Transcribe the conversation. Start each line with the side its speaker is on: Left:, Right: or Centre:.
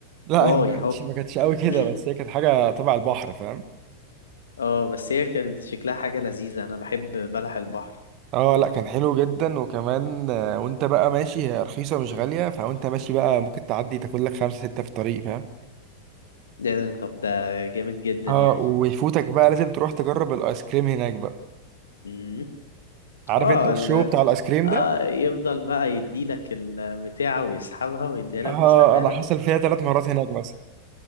Right: لا
Left: اه
Right: هي ما
Left: يا
Right: كانتش
Left: هو
Right: ما كانتش قوي كده
Left: <clears throat>
Right: بس هي كانت حاجة تبع البحر فاهم
Left: اه بس هي كان شكلها حاجة لذيذة انا بحب بلح البحر
Right: اه لا كان حلو جدا وكمان آه، وانت بقى ماشي هي رخيصة مش غالية فوانت ماشي بقى ممكن تعدي تاكل لك خمسة ستة في الطريق فاهم
Left: ده طب ده جامد جدا
Right: اه
Left: يعني
Right: ويفوتك بقى لازم تروح تجرب الايس كريم هناك بقى
Left: مم.
Right: عارف
Left: اه
Right: انت الشو
Left: ال...
Right: بتاع الايس كريم
Left: اه
Right: ده
Left: يفضل بقى يديلك البتاعة ويسحبها ويديلك
Right: اه
Left: ويسحبها
Right: انا
Left: لك
Right: حصل فيها ثلاث مرات هناك مثلا